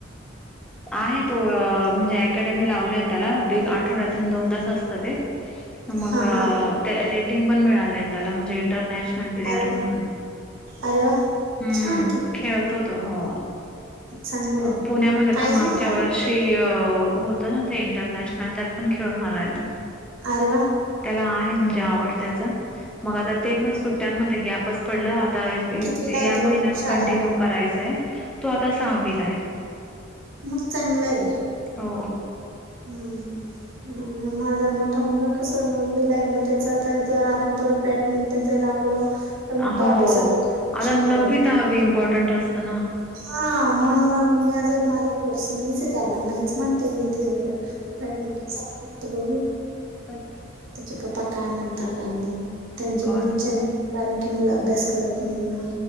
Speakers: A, in the centre; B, on the right.
A: आहे तो म्हणजे अकॅडमी लावले त्याला. वी आठवड्यातून दोनदाच असतं ते. मग
B: हां,
A: अ
B: हां.
A: ते रेटिंग पण मिळाले त्याला, म्हणजे इंटरनॅशनल पेअर
B: अरे वा.
A: म्हणून
B: अरे वा.
A: हम्म
B: छान की मग
A: खेळतो तो हो.
B: चांगलंय
A: अ पुण्यामध्ये
B: पाहिजे
A: पण मागच्या
B: मुलांना
A: वर्षी
B: ते
A: अ होत ना ते इंटरनॅशनल त्यात पण खेळून आलाय तो.
B: अरे वा
A: त्याला आहे म्हणजे आवड. त्याचा मग आता ते पण सुट्ट्यांमध्ये गॅपच पडला या
B: कितवीला आहे तो
A: महिन्यात
B: शाळेत
A: कंटिन्यू करायचंय तो आता सहावीलाय
B: मग चांगलंय.
A: हो.
B: हम्म <unintelligible> माझा मोठा मुलगा कसं नववीला आहे म त्याचा जरा आपण परत बॅडमिंटन जा लावलं तर मग तो
A: हो
B: अभ्यासाकडे
A: आता
B: लक्ष
A: नववी
B: करेल
A: दहावी इम्पॉर्टंट असतं ना.
B: हा म्हणून आ मी माझा फोर्स नाहीच आहे त्याला नाहीच म्हणते मी <unintelligible> बॅडमिंटनसाठी बघू
A: अत
B: त्याचे पप्पा काय म्हणतात आणि त्यांची
A: हो
B: पण इच्छा
A: ना
B: नाही आहे कारण ती मुलं अभ्यास करत नाही ना